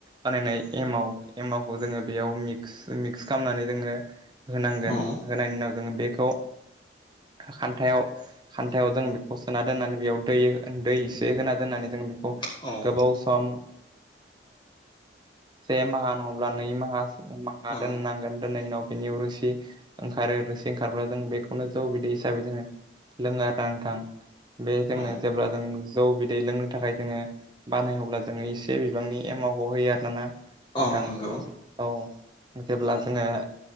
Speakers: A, on the right; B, on the left.
A: बानायनाय एमाव एमावखौ जोङो बेयाव मिक्स मिक्स खालामनानै जोङो होनांगोन
B: औ
A: होनायनि उनाव जोङो बेखौ खान्थायाव खान्थायाव जों बेखौ सोना दोन्नानै बेयाव दै दै इसे होना दोन्नानै जों
B: औ
A: गोबाव सम से माहा नङ्ला नै माहा माहा
B: औ
A: दोननांगोन दोननायनि उनाव बिनि रोसि ओंखारो रोसि ओंखारब्ला जों बेखौनो जौ बिदै हिसाबै जोङो लोंङ नांथां बे जोङो
B: औ
A: जेब्ला जों जौ बिदै लोंनो थाखाय जोङो बानायोब्ला जोङो एसे बिबांनि एमव खौ होयो आर न ना नोंथां
B: औ नंगौ
A: औ जेब्ला जोङो